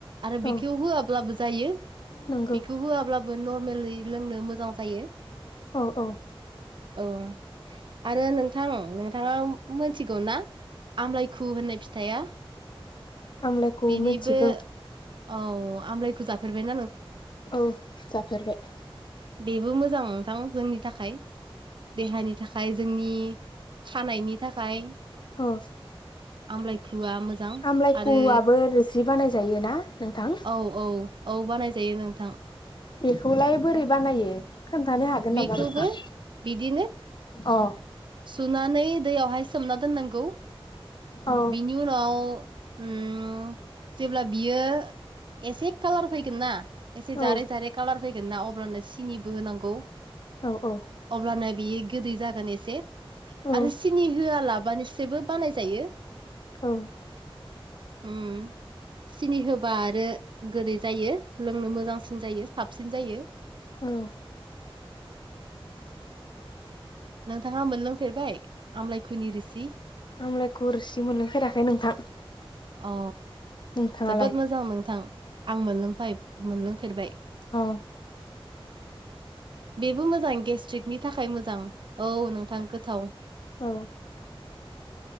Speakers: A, on the right; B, on the left.
A: आरो
B: औ
A: बेखौ होआब्लाबो जायो
B: नंगौ
A: बेखौ होआब्लाबो नर्मेल लोंनो मोजां। जायो
B: औ औ।
A: औ। आरो नोंथां नोंथाङा मोनथिगौ ना आमलायखु होननाय फिथाइया
B: आमलायखौ
A: बेनिबो
B: मिथिगौ।
A: औ आमलायखौ जाफेरबाय नों?
B: औ जाफेरबाय।
A: बेबो मोजां नोंथां जोंनि थाखाय देहानि थाखाय जोंनि खानायनि थाखाय
B: औ
A: आमलाइ <unintelligible> आ मोजां
B: आमलायखुआबो
A: आरो
B: रोसि बानायजायो ना नोंथां
A: औ औ। औ बानायजायो नोंथां।
B: बेखौलाय बोरै बानायो खोन्थानो हागोन
A: बेखौबो
B: नामा नोंथां?
A: बिदिनो
B: अ
A: सुनानै दैयावहाय सोमना दोननांगौ।
B: औ
A: बिनि उनाव ओम जेब्ला बियो एसे कालार फैगोन ना एसे
B: औ
A: जारे जारे कालार फैगोन ना अब्लानो सिनिबो होनांगौ।
B: औ औ।
A: अब्लानो बेयो गोदै जागोन एसे
B: औ
A: आरो सिनि होआलाबानोसोबो बानाय जायो।
B: औ।
A: ओम। सिनि होबा आरो गोदै जायो लोंनो मोजांसिन जायो साबसिन जायो।
B: औ।
A: नोंथाङा मोनलांफेरबाय आमलायखुनि रोसि?
B: आमलायखौ रोसि मोनलोंफेराखै नोंथां।
A: अ।
B: नोंथाङालाय
A: जोबोद मोजां नोंथां आं मोनलोंफाय मोनलोंफेरबाय।
B: अ।
A: बेबो मोजां गेस्ट्रिकनि थाखाय मोजां औ नोंथां गोथाव। <inaudible>
B: औ